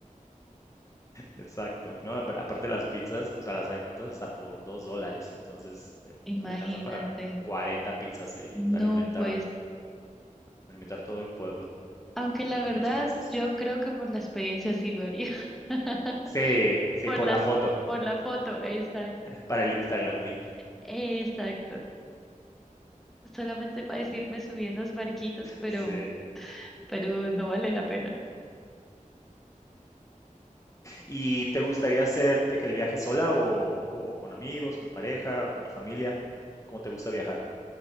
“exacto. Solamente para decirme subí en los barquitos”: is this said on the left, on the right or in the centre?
Centre